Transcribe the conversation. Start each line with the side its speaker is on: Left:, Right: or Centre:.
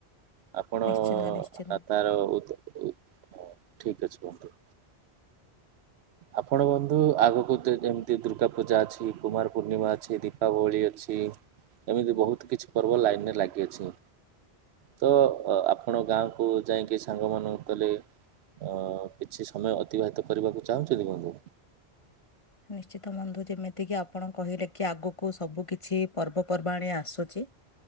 Right: ଆପଣ
Left: ନିଶ୍ଚିନ୍ତ ନିଶ୍ଚିନ୍ତ
Right: ଆ ତାର ଉତ୍ତ ହ ଠିକ ଅଛି ବନ୍ଧୁ। ଆପଣ ବନ୍ଧୁ ଆଗକୁ ତ ଯେମିତି ଦୁର୍ଗା ପୂଜା ଅଛି କୁମାର ପୂର୍ଣ୍ଣିମା ଅଛି ଦୀପାବଳି ଅଛି ଛି ଏମିତି ବହୁତ କିଛି ପର୍ବ ଲାଇନରେ ଲାଗିଅଛି ତ ଆପଣ ଗାଁ କୁ ଯାଇଁକି ସାଙ୍ଗ ମାନଙ୍କୁ ଗଲେ ଅ କିଛି ସମୟ ଅତିବାହିତ କରିବାକୁ ଚାହୁଁଛନ୍ତି ବନ୍ଧୁ?
Left: ନିଶ୍ଚିତ ବନ୍ଧୁ ଯେମିତି କିି ଆପଣ କହିଲେ କି ଆଗକୁ ସବୁ କିଛି ପର୍ବପର୍ବାଣି ଆସୁଛି